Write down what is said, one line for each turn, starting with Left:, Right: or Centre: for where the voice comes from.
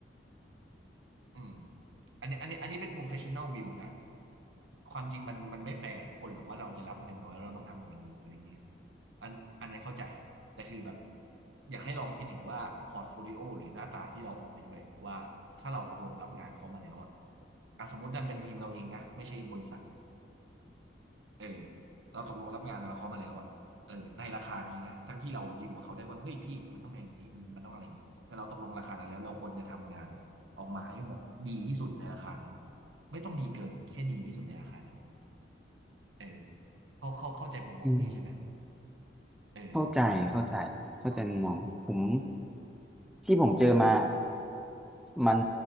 Right: อืมอันนี้อันนี้อันนี้เป็น professional view นะความจริงมันมันไม่แฟร์กับทุกคนหรอกว่าเราจะรับเงินน้อยแล้วเราต้องทำงานดีอะไรอย่างนี้อันอันนั้นเข้าใจแต่คือแบบอยากให้ลองคิดถึงว่าพอร์ตโฟลิโอหรือหน้าตาที่เราออกไปด้วยว่าถ้าเราตกลงรับงานเขามาแล้วอะอ่ะสมมติดันเป็นทีมเราเองนะไม่ใช่บริษัท เออเราตกลงรับงานกับเขามาแล้วอ่ะเออในราคานี้นะทั้งที่เราดีลกับเขาได้ว่าเฮ้ยพี่มันต้องแพงกว่านี้มันมันต้องอะไรอย่างนี้แต่เราตกลงราคานั้นแล้วเราควรจะทำงานออกมาให้เหมาะดีที่สุดในราคานั้นไม่ต้องดีเกินแค่ดีที่สุดในราคานั้นเออเขาเขาเข้าใจมุมมองพี่ใช่ไหม
Centre: อืม
Right: เออ
Centre: เข้าใจเข้าใจเข้าใจมุมมองผม
Right: อ่ะ
Centre: ที่ผมเจอมามัน